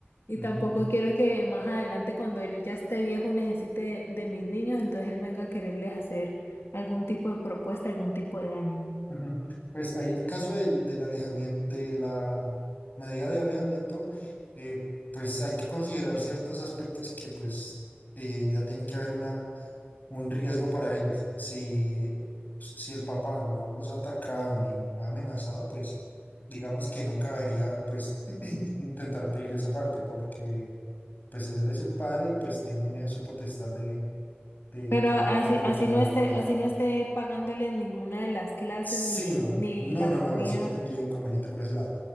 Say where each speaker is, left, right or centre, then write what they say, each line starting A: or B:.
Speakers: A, on the left; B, on the left.
A: Y
B: ujú.
A: tampoco quiero que más adelante, cuando él ya esté viejo, necesite de, de mis niños, entonces él venga a quererles hacer algún tipo de propuesta, algún tipo de daño.
B: Ujú. Pues ahí el caso del, del alejamiento, de la medida de alejamiento, eh, pues hay que considerar ciertos aspectos que pues eh, ya tiene que haber una, un riesgo para ellos. Si, si el papá no los ha atacado ni ha amenazado, pues digamos que no cabería pues <clears throat> intentar pedir esa parte porque pues él es el padre y pues tiene su potestad de, de
A: Pero
B: poder,
A: así,
B: de poder
A: así
B: tenerlo
A: no esté,
B: al cuidado.
A: así no esté pagándoles ninguna de las clases
B: Sí,
A: ni,
B: no,
A: ni
B: no,
A: la
B: no,
A: comida.
B: no, eso no tendría inconveniente por ese lado.